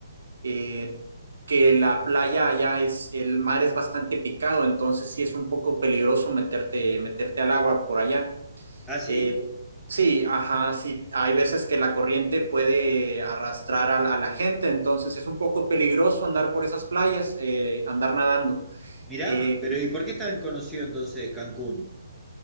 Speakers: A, on the right; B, in the centre.
A: eh, que la playa allá es, el mar es bastante picado, entonces sí es un poco peligroso meterte, meterte al agua por allá.
B: ¿Ah, sí?
A: Eh, sí, ajá, sí, hay veces que la corriente puede arrastrar a, la a la gente, entonces es un poco peligroso andar por esas playas, eh, andar nadando.
B: Mirá,
A: Eh,
B: pero ¿y por qué es tan conocido entonces Cancún?